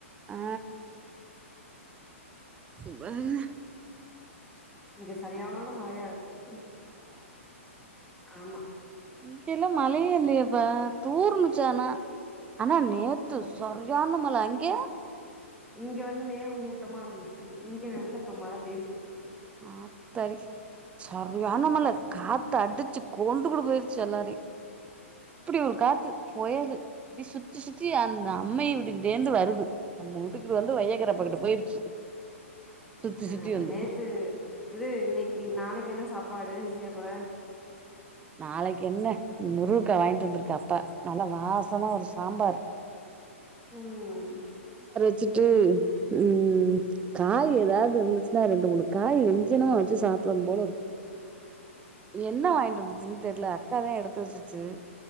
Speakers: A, on the right (about 15°); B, in the centre.
A: ஆ வல்லே
B: இங்க சரியான மழயா இருக்கு ம் ஆமா
A: இங்கயல்லா மழயே இல்லயேபா தூர்னுச் ச்சனா ஆனா நேத்து
B: ம்
A: சரியான மழ லா அங்கே
B: இங்க வந்து மேகமூட்டமா இருந்துச்சு இங்க நல்ல இப்ப மழ பெஞ்சுக்கிட்டு இருக்கு
A: ஆத்தாடி சரியான மழ
B: ம்
A: காத்து அடிச்சு கோண்டு கூடு போயிருச்சு எல்லாரையு அப்டி ஒரு காத்து பொயலு இப்டி சுத்தி சுத்தி அந் அம்மை வீட்டுக்கிட்டே இருந்து வருது நம்ம வூட்டுகுள்ள வந்து வையேக்கறப்பக்கிட்டு போயுடுச்சு சுத்தி
B: ஆ
A: சுத்தி வந்து
B: நேத்து இது இன்னைக்கி நாளைக்கு என்ன சாப்பாடு செய்யப்போற
A: நாளைக்கு என்ன முருங்கா வாங்கிட்டு இருந்திருக்க அத்தா நல்லா வாசமா ஒரு சாம்பார்
B: உம்
A: வச்சட்டு உம் காய் ஏதாவது இருந்துச்சுன்னா ரெண்டு மூணு காய் வெஞ்சனா வச்சு சாப்டனு போல இருக்கு என்ன வாங்கிட்டு வந்துச்சின்ன்னு தெர்ல அக்காதா எடுத்துவச்சுச்சு